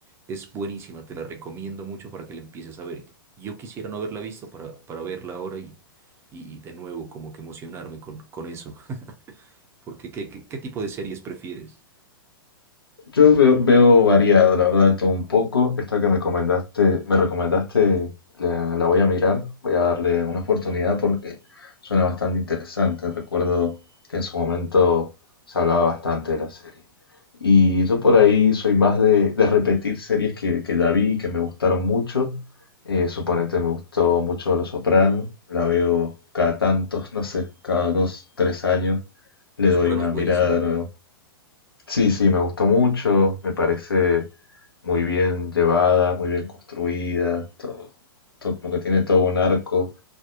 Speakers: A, on the right; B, on the left.
A: es buenísima, te la recomiendo mucho para que la empieces a ver. Yo quisiera no haberla visto para, para verla ahora y, y, y de nuevo como que emocionarme con, con eso. Porque, ¿qué, qué, qué tipo de series prefieres?
B: Yo veo, veo variado, la verdad, todo un poco. Esta que me comentaste, me recomendaste, la, la voy a mirar, voy a darle una oportunidad porque suena bastante interesante. Recuerdo que en su momento se hablaba bastante de la serie. Y yo por ahí soy más de, de repetir series que, que ya vi y que me gustaron mucho. Eh, suponete me gustó mucho Los Soprano, la veo cada tantos, no sé, cada dos, tres años, le
A: Los
B: doy
A: Soprano
B: una
A: es
B: mirada
A: buenísima.
B: de nuevo. Sí, sí, me gustó mucho, me parece muy bien llevada, muy bien construida, todo, todo como que tiene todo un arco